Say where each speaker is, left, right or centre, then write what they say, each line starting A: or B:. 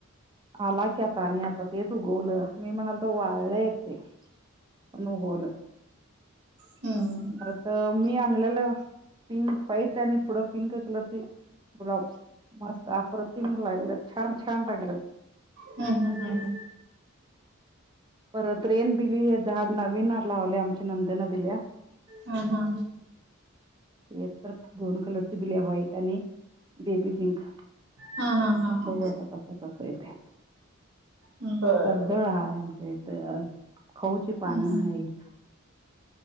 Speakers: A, on the right; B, on the right.
A: आला की आता आणि, आता तेच उगवलं मी म्हणाल वाळय ते पण उगवलं.
B: ह. ह.
A: तसं मी आणलेलं पिंक व्हाईट, आणि पुढं पिंक कलरची गुलाब. मस्त अप्रतिम लागलेत, छान छान लागलेत.
B: ह ह ह ह.
A: परत रेन बिली हे झाड नवीन लावले, आमच्या नंदेन दिल्या.
B: हा हा.
A: ते तर दोन कलरची दिल्या, व्हाईट आणि बेबी पिंक.
B: हा हा हा हा.
A: बघू आता, कसं कसं येतंय.
B: बर
A: कर्दळ
B: बर.
A: हाय आमच्या इथ, खऊची पानं
B: हम्म हम्म.
A: हायत.